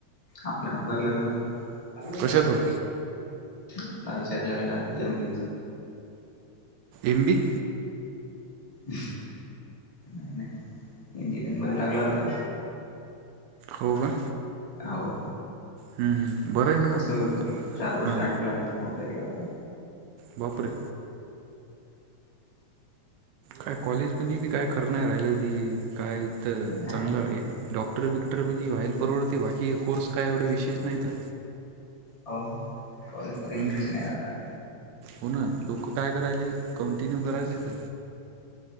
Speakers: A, on the left; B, on the right.
A: आपला नंबर लाला ना <unintelligible>
B: कशात हो
A: आपला विचारलागलाम द <unintelligible>
B: एमबी-
A: नाही, नाही, इंजिनिअरिंग मध्ये लागला होता.
B: हो का?
A: हो
B: हम्म बरं आहे ना मग
A: कस चार वर्ष
B: हां
A: आठ कला खूठ <unintelligible> री <unintelligible>
B: बापरे. काय कॉलेज म्हणी काय खर नाही राहिलं जी, कायथ
A: नाही
B: चांगलं डॉक्- डॉक्टर बिक्टर म्हणजे हाईल परवडते, बाकी कोर्स काय एवढं विशेष नाही तर.
A: हो कॉलेज मध्ये
B: हम्म
A: इंटरेस्ट नाही आता.
B: हो ना, लोक काय करायले, कंटिन्यू करायलेत.